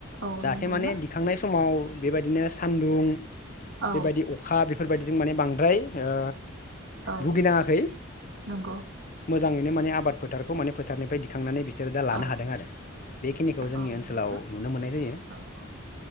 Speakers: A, on the right; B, on the left.
A: औ
B: जाहाथे
A: नंगौना
B: माने दिखांनाय समाव बेबायदिनो सान्दुं बेबायदि
A: औ
B: अखा बे बेफोरबायदिजों माने बांद्राय ओ
A: औ
B: भुगिनाङाखै
A: नंगौ
B: मोजाङैनो माने आबाद फोथारखौ माने फोथारनिफ्राय दिखांनानै बि सोर दा लानो
A: औ
B: हादों आरो बेखिनिखौ जोंनि
A: औ नंगौना
B: ओनसोलाव नुनो मोननाय जायो
A: औ औ